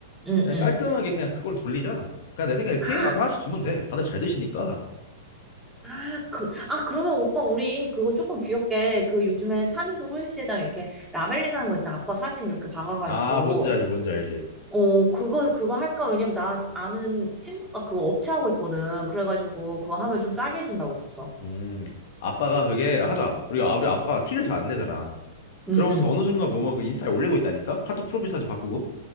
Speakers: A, in the centre; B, on the left.
A: 응,
B: 그냥
A: 응.
B: 깔끔하게 그냥 그걸 돌리자. 그냥 내 생각에 테이블
A: 아,
B: 앞에 하나씩 주면 돼. 다들 잘 드시니까.
A: 아, 그, 아, 그러면 오빠, 우리 그거 조금 귀엽게, 그 요즘에 참이슬 홀씨에다가 이렇게 라벨링 하는 거 있잖아. 아빠 사진 이렇게 박아가지고.
B: 아, 뭔지 알지, 뭔지 알지.
A: 어, 그거, 그거 할까? 왜냐면 나 아는 친구가 그거 업체 하고 있거든. 그래가지고 그거 하면 좀 싸게 해준다고 했었어.
B: 음, 아빠가 그게 하자. 우리가 아, 우리 아빠가 티를 잘 안 내잖아.
A: 응응.
B: 그러면서 어느 순간 보면 그 인스타에 올리고 있다니까? 카톡 프로필 사진 바꾸고.